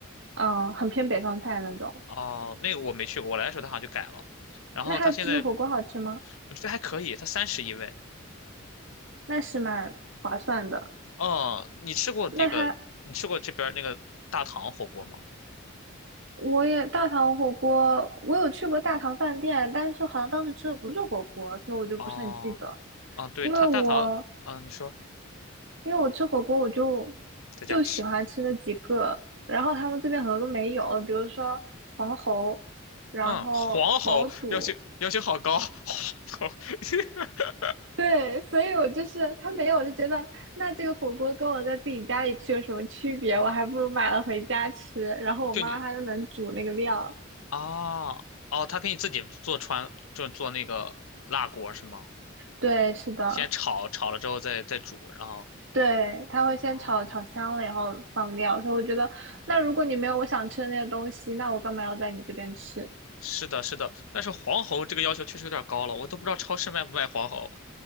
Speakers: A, on the right (about 60°); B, on the left (about 85°).
A: 嗯、很偏北方菜那种。
B: 哦，那个我没去过，我来的时候他好像就改了。然后他现在
A: 那他自助火锅好吃吗？
B: 我觉得还可以，他三十一位。
A: 那是蛮划算的。
B: 哦，你吃过那个？
A: 那他
B: 你吃过这边儿那个大唐火锅吗？
A: 我也大唐火锅，我有去过大唐饭店，但是好像当时吃的不是火锅，所以我就不是很记得。
B: 哦，啊，对，
A: 因为我
B: 他大唐，啊，你说
A: 因为我吃火锅，我就
B: 在家吃，
A: 就喜欢吃那几个，然后他们这边很多都没有，比如说黄喉，然后毛肚，
B: 嗯，黄喉要求要求好高，<laughs> 黄喉 <laughs>
A: 对，所以我就是他没有，我就觉得那这个火锅跟我在自己家里吃有什么区别？我还不如买了回家吃，然后我妈她就能煮那个料。
B: 就你啊，哦，他给你自己做川，就做那个辣锅是吗？
A: 对，是的。
B: 先炒，炒了之后再再煮，然后，
A: 对，它会先炒炒香了，
B: 哦，
A: 然后放料。所以我觉得，那如果你没有我想吃的那些东西，
B: 天呐，
A: 那我干嘛要在你这边吃？
B: 是的，是的，但是黄喉这个要求确实有点高了，我都不知道超市卖不卖黄喉，